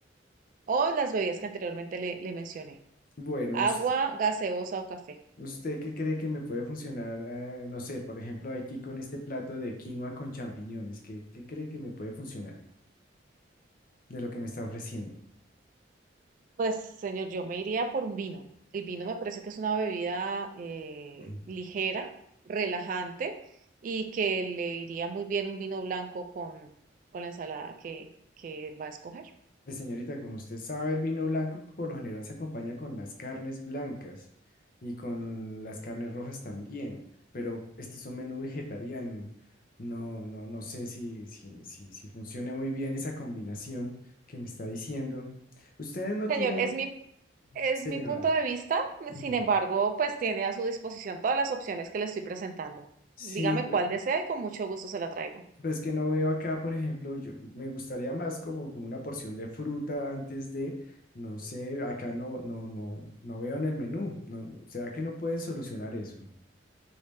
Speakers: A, on the right; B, on the left.
A: o las bebidas que anteriormente le le mencioné,
B: bueno,
A: agua,
B: us-
A: gaseosa o café.
B: ¿usted qué cree que me puede funcionar? eh, no sé, por ejemplo, aquí con este plato de quinoa con champiñones, ¿qué, qué cree que me puede funcionar de lo que me está ofreciendo?
A: Pues, señor, yo me iría por un vino. El vino me parece que es una bebida eh,
B: <clears throat>
A: ligera, relajante y que le iría muy bien un vino blanco con, con la ensalada que, que va a escoger.
B: Pues señorita, como usted sabe, el vino blanco por lo general se acompaña con las carnes blancas y con las carnes rojas también, pero este es un menú vegetariano. No, no, no sé si, si, si, si funcione muy bien esa combinación que me está diciendo. Ustedes no
A: Señor,
B: tienen
A: es mi, es
B: Señora,
A: mi punto de vista,
B: mm,
A: sin embargo, pues tiene a su disposición todas las opciones que le estoy presentando.
B: sí,
A: Dígame
B: pe-
A: cuál desea y con mucho gusto se la traigo.
B: pues que no veo acá, por ejemplo, yo me gustaría más como, como una porción de fruta antes de, no sé, acá no, no, no, no veo en el menú. No, ¿será que no pueden solucionar eso?